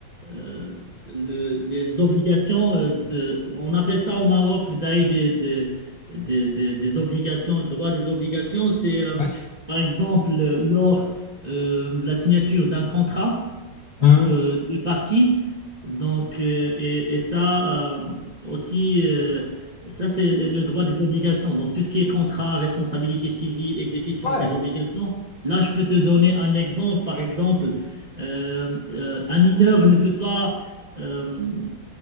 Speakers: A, on the right (about 40°); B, on the left (about 65°).
A: euh, le- les obligations euh, de, on appelle ça au Maroc le dahir des, des, des, des, des obligations, droit des obligations, c'est euh,
B: Ouais.
A: par exemple euh, lors euh, de la signature d'un contrat
B: Mhm.
A: entre deux parties. Donc, euh, et, et ça euh, aussi. euh, Ça, c'est le le droit des obligations. Donc, tout ce qui est contrat, responsabilité civile, exécution
B: Ouais.
A: des obligations. Là, je peux te donner un exemple. Par exemple, euh, euh, un mineur ne peut pas euh,